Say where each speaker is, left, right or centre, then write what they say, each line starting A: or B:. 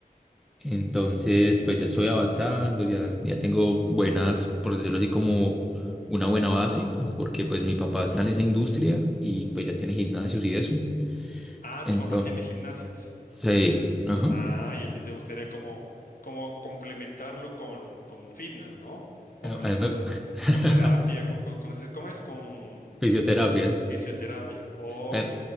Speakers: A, in the centre; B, on the left (about 65°).
A: Entonces, pues ya estoy avanzando, ya, ya tengo buenas, por decirlo así, como una buena base, porque pues mi papá está en esa industria y pues ya tiene gimnasios y eso.
B: Ah, tu
A: Entonces,
B: papá tiene gimnasios.
A: sí, ajá,
B: Ah, y a ti te gustaría como, como complementarlo con, con fitness, ¿no? Con,
A: a,
B: al-
A: a mí
B: con,
A: me- <laughs>
B: con terapia, con, con, con ese- ¿cómo es? Con
A: fisioterapia.
B: fisioterapia. Ok.
A: A,